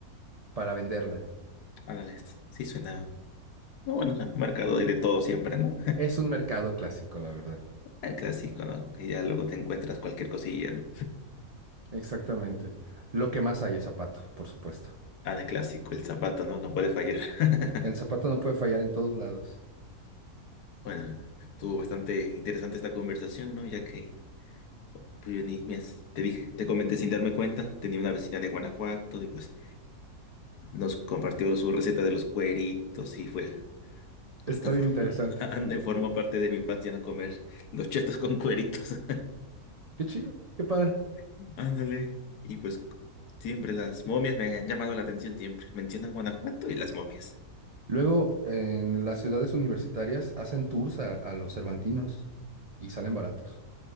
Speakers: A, on the right; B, on the left.
A: para venderla.
B: Ándale, sí suena. No, bueno, un mercado hay de todo siempre, ¿no?
A: Es un mercado clásico, la verdad.
B: El clásico, ¿no? Y ya luego te encuentras cualquier cosilla, ¿no?
A: Exactamente. Lo que más hay es zapato, por supuesto.
B: Ah, el clásico, el zapato, ¿no? No puede fallar. <laughs>
A: El zapato no puede fallar en todos lados.
B: Bueno, estuvo bastante interesante esta conversación, ¿no? Ya que pues, yo ni me has- te dije, te comenté sin darme cuenta, tenía una vecina de Guanajuato y pues nos compartió su receta de los cueritos y fue hasta
A: Está
B: for-
A: bien interesante.
B: <laughs> ande, formó parte de mi infancia no comer los chetos con cueritos.
A: Qué chido, qué padre.
B: <laughs> Ándale. Y pues siempre las momias me han llamado la atención siempre. Mencionan Guanajuato y las momias.
A: Luego, en las ciudades universitarias hacen tours a, a los cervantinos y salen baratos.